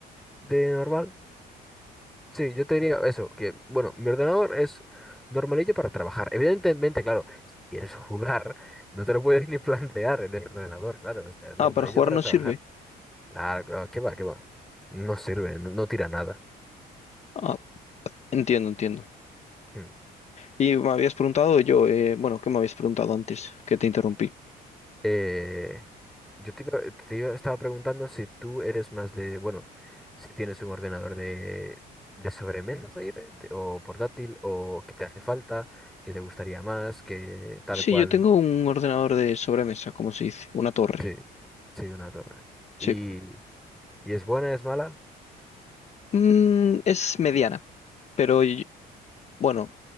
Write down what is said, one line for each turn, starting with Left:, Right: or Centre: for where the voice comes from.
Centre: de normal, Sí, yo te diría eso, que bueno, mi ordenador es normalillo para trabajar. Evidentemente, claro, si quieres jugar, no te lo puedes <laughs> ni plantear en el ordenador, claro, o sea, es
Left: Ah,
Centre: normalillo
Left: para jugar
Centre: para
Left: no
Centre: trabajar.
Left: sirve.
Centre: Claro, claro, qué va, qué va. No sirve, no, no tira nada.
Left: Ah, entiendo, entiendo.
Centre: Mm.
Left: Y me habías preguntado yo, eh, bueno, ¿qué me habías preguntado antes? Que te interrumpí.
Centre: Eh, yo te, iba- te iba- estaba preguntando si tú eres más de, bueno, si tienes un ordenador de, de sobremesas ahí, de- de- o portátil, o que te hace falta, que te gustaría más, que tal
Left: Sí,
Centre: cual.
Left: yo tengo un ordenador de sobremesa, como se dice, una torre.
Centre: Sí. Sí, una torre.
Left: Sí.
Centre: ¿Y, y es buena, es mala?
Left: Mm, es mediana, pero y- bueno,